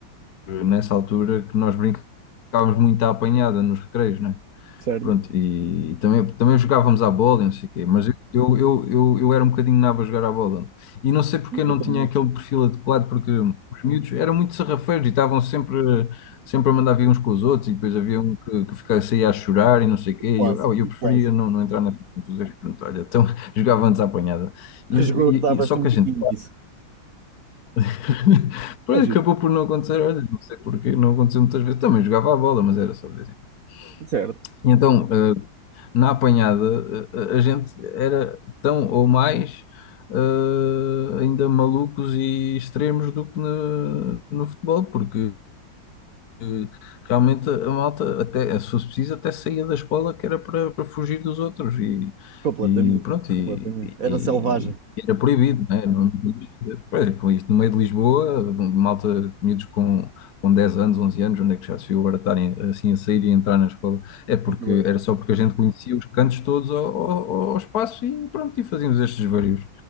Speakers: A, on the left; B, on the right.
A: nessa altura que nós brincávamos muito à apanhada nos recreios, né?
B: Certo?
A: Pronto, e também, também jogávamos à bola e não sei o quê, mas eu, eu, eu, eu eu era um bocadinho nabo a jogar à bola. E não sei porque
B: Eu
A: eu não
B: também.
A: tinha aquele perfil adequado, porque os miúdos eram muito sarrafeiros e estavam sempre, sempre a mandar vir uns com os outros, e depois havia um que, que ficava, saía a chorar e não sei o quê,
B: Clássico,
A: e eu, ah, eu preferia
B: clássico.
A: não, não entrar na confusão. Pronto, olha, então <laughs> jogávamos à apanhada.
B: Resgordavas-te
A: E, e- e- só que
B: um bocadinho
A: a gente,
B: disso.
A: <laughs> pois
B: É justo,
A: acabou por não acontecer, olha, não sei porquê não aconteceu muitas vezes. Também jogava à bola, mas era só de vez em quando.
B: certo.
A: E Então, eh, na apanhada, a, a gente era tão ou mais eh, ainda malucos e extremos do que no, no futebol, porque que Realmente a malta, até, se fosse preciso, até saía da escola que era para, para fugir dos outros e,
B: Completamente,
A: e pronto, e,
B: completamente. Era
A: e-
B: selvagem.
A: e era proibido, né? Não, não podias fazer. Pois, com isto, no meio de Lisboa, malta, miúdos com, com 10 anos, 11 anos, onde é que já se viu agora estarem assim a sair e entrar na escola? É porque
B: é verdade.
A: era só porque a gente conhecia os cantos todos ao, ao, ao espaço e pronto, e fazíamos estes vários.